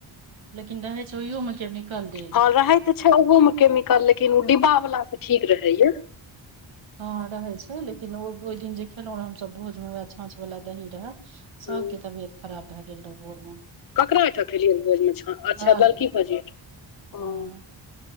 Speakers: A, on the right (about 70°); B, on the left (about 45°).
A: लेकिन रहै छौ ओहियोमे केमिकल देल
B: हँ रहे तऽ छै ओहो मऽ केमिकल लेकिन ओ डिब्बा वाला सँ ठीक रहैय।
A: हँ रहय छै लेकिन ओ ओइ दिन जे खेलो रहो हम सब भोजमे वैह छाँछ वाला दही रहै सबके
B: हूँ
A: तबियत खराब भए गेल रहै भोर मऽ
B: ककरा ओहिठाम खेलियै भोज मे अच्छा
A: हँ
B: ललकी भौजी
A: <unintelligible>
B: ओहिठाम
A: हँ